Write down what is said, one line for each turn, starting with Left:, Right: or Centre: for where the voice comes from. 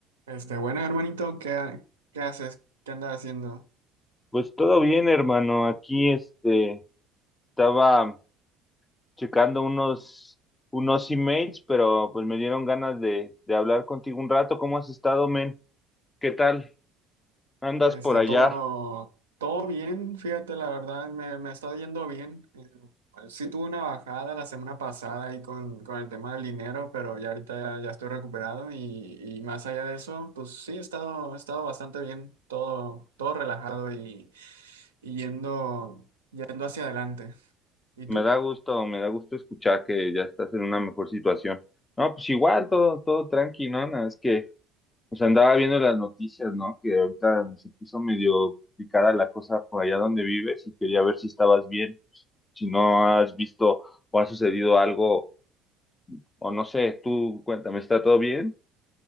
Right: Este, bueno, hermanito, ¿qué, ha- qué haces? ¿Qué andas haciendo?
Left: Pues todo bien, hermano. Aquí este estaba checando unos unos emails, pero pues me dieron ganas de, de hablar contigo un rato. ¿Cómo has estado, men? ¿Qué tal? ¿Andas
Right: Este,
Left: por allá?
Right: todo, todo bien, fíjate, la verdad, me, me está yendo bien. Eh, sí tuve una bajada la semana pasada ahí con, con el tema del dinero, pero ya ahorita ya, ya estoy recuperado y, y más allá de eso, pues sí, he estado, he estado bastante bien, todo, todo relajado y, y yendo, yendo hacia adelante. ¿Y
Left: Me
Right: tú?
Left: da gusto, me da gusto escuchar que ya estás en una mejor situación. No, pues igual, todo, todo tranqui, ¿no? Nada, es que pues andaba viendo las noticias, ¿no? Que ahorita se puso medio complicada la cosa por allá donde vives y quería ver si estabas bien, si no has visto o ha sucedido algo o no sé, tú cuéntame, ¿está todo bien?